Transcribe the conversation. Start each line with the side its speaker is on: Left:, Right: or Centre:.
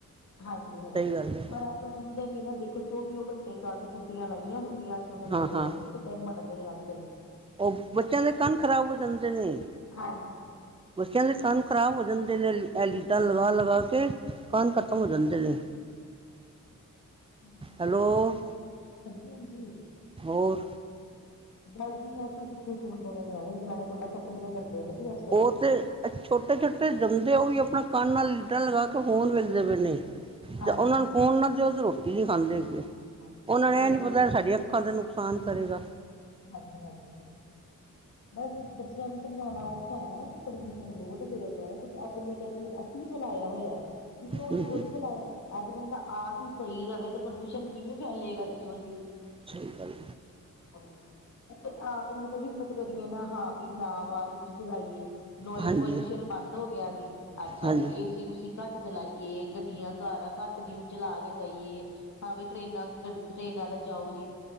Left: ਹਾਂਜੀ ਹਾਂਜੀ,
Right: ਸਹੀ ਗੱਲ ਹੈ
Left: ਪਰ ਅੱਜ ਕੱਲ ਸੁਣਦੇ ਨੀ ਨਾ, ਦੇਖੋ ਚੌਵੀਓ ਘੰਟੇ ਕੱਦ ਟੂਟੀਆਂ ਲਾਈਆਂ ਹੁੰਦੀਆਂ ਅੱਜ ਕੱਲ੍ਹ ਦੇ
Right: ਹਾਂ
Left: ਨਿਆਣੀਆਂ
Right: ਹਾਂ
Left: ਨੇ। ਕਿੱਥੇ ਮੰਨਦੇ ਨੇ ਅੱਜ ਕੱਲ੍ਹ।
Right: ਉਹ ਬੱਚਿਆਂ ਦੇ ਕੰਨ ਖ਼ਰਾਬ ਹੋ ਜਾਂਦੇ ਨੇ।
Left: ਹਾਂਜੀ
Right: ਬੱਚਿਆਂ ਦੇ ਕੰਨ ਖ਼ਰਾਬ ਹੋ ਜਾਂਦੇ ਨੇ। ਐ ਲੀਡਾ ਲਗਾ ਲਗਾ ਕੇ ਕੰਨ ਖ਼ਤਮ ਹੋ ਜਾਂਦੇ ਨੇ।
Left: ਨਹੀਂ
Right: ਹੈਲੋ
Left: ਇਹ ਵੀ ਕਰ ਹਾਂਜੀ ਹਾਂਜੀ।
Right: ਹੋਰ
Left: ਬਸ ਜੀ ਅੱਜ-ਕੱਲ ਕਿੱਥੇ ਸੁਣਦੇ ਨੇ ਨਿਆਣੇ, ਨਿਆਣੇ ਤਾਂ ਬਸ ਆਪਣੀਆਂ ਕਰਦੇ ਨੇ ਜੀ। ਕੱਲ੍ਹ
Right: ਉਹ ਤੇ ਛੋਟੇ ਛੋਟੇ ਜੰਮਦੇ ਉਹ ਵੀ ਆਪਣਾ ਕੰਨ ਨਾਲ ਲੀਡਾਂ ਲਗਾ ਕੇ ਫ਼ੋਨ ਵੇਖਦੇ ਪਏ ਨੇ।
Left: ਹਾਂਜੀ
Right: ਜਾ ਉਹਨਾਂ ਨੂੰ ਫ਼ੋਨ ਨਾ ਦਿਓ ਤੇ ਰੋਟੀ ਨੀ ਖਾਂਦੇ ਹੈਗੇ,
Left: ਹਾਂਜੀ ਸਹੀ
Right: ਉਹਨਾਂ ਨੂੰ ਇਹ
Left: ਗੱਲ
Right: ਨੀ ਪਤਾ
Left: ਹੈ ਜੀ
Right: ਸਾਡੀਆਂ ਅੱਖਾਂ ਤੇ ਨੁਕਸਾਨ ਕਰੇਗਾ।
Left: ਹਾਂਜੀ ਹਾਂਜੀ। ਬਸ ਜੀ, ਬੱਚਿਆਂ ਨੂੰ ਸਮਝਾਉਣਾ ਔਖਾ ਹੈ ਨਾ ਕਿ ਪ੍ਰਦੂਸ਼ਣ ਨੂੰ ਬਹੁਤ ਫੈਲਦਾ ਆ, ਕੁਛ ਆਪਣੇ ਕਰਕੇ ਅਸੀਂ ਫੈਲਾਇਆ ਹੋਇਆ, ਕਿਸੀ ਹੋਰ
Right: ਹੂੰ
Left: ਨੇ ਥੋੜੀ
Right: ਹੂੰ
Left: ਫੈਲਾਇਆ। ਅੱਜ਼ ਬੰਦਾਂ ਆਪ ਹੀ ਸਹੀ ਰਵੇ ਤੇ ਪ੍ਰਦੂਸ਼ਣ ਕਿਵੇਂ ਫੈਲੇਗਾ ਦੱਸੋਂ ਜੀ।
Right: ਸਹੀ ਗੱਲ
Left: ਹਾਂਜੀ, ਆਪ ਮਤਲਬ ਹਿੰਮਤ ਕਰੀਏ ਨਾ ਹਾਂ ਪੀ ਨਾ ਵਾਜ਼ ਚ ਚਲਾਈਏ ਨੋਇਜ਼
Right: ਹਾਂਜੀ
Left: ਪੋਲਿਊਸ਼ਨ ਬੰਦ ਹੋ ਗਿਆ ਜੀ, ਅੱਛਾ
Right: ਹਾਂਜੀ
Left: ਜੀ ਏਸੀ ਓਸੀ ਘੱਟ ਚਲਾਈਏ ਗੱਡੀਆਂ -ਕਾਰਾਂ ਘੱਟ ਕਿਊ ਚਲਾ ਕੇ ਜਾਈਏ। ਹਾਂ ਵੀ ਟ੍ਰਰੇਨਾਂ ਗ ਟਰੇਨਾਂ ਦਾ ਜਾਓ ਜੀ,